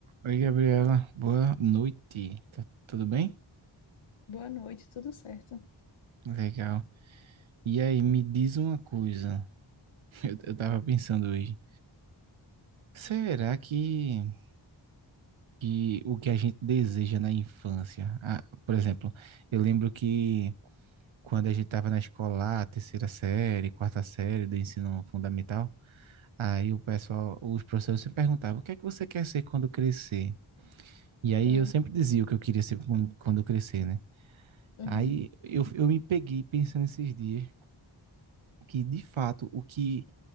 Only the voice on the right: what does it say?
Oi, Gabriela. Boa noite. Tá tudo bem?
Legal. E aí, me diz uma coisa. <laughs> Eu, eu tava pensando hoje. Será que, que o que a gente deseja na infância? Ah, por exemplo, eu lembro que quando a gente tava na escola, lá, terceira série, quarta série do ensino fundamental, aí o pessoal, os professores se perguntavam: o que é que você quer ser quando crescer? E aí
eu sempre dizia o que eu queria ser quando quando eu crescer, né?
Aí eu, eu me peguei pensando esses dias. que de fato o que